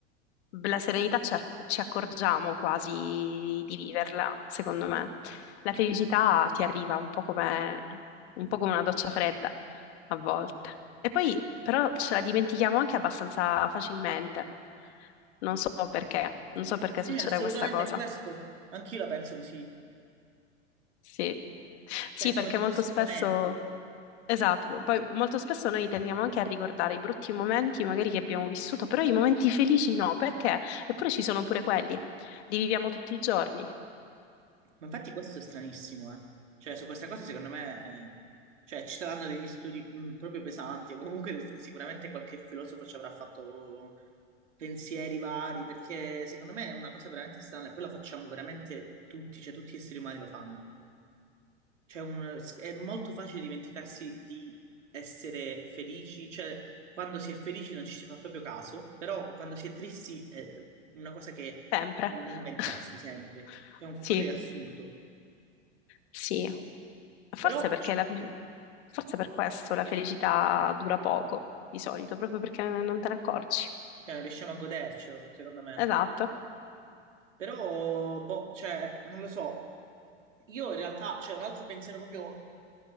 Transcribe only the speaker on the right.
Eh, assolutamente
è questo. Anch'io la penso così.
Cioè, è
come se
fosse
un momento.
Ma infatti questo è stranissimo, eh. Cioè, su queste cose secondo me, eh, cioè, ci saranno degli studi mh, proprio pesanti, o comunque s- sicuramente qualche filosofo ci avrà fatto pensieri vari, perché secondo me è una cosa veramente strana e poi la facciamo veramente tutti, cioè tutti gli esseri umani lo fanno. Cioè, un- è molto facile dimenticarsi di essere felici, cioè, quando si è felici non ci si fa proprio caso, però quando si è tristi è una cosa che
mi bomba in
testa sempre, cioè è un qualcosa
di assurdo.
Però,
cioè,
non riusciamo a godercelo, secondo me.
Però, boh, cioè, non lo so. Io in realtà, c'è un altro pensiero proprio,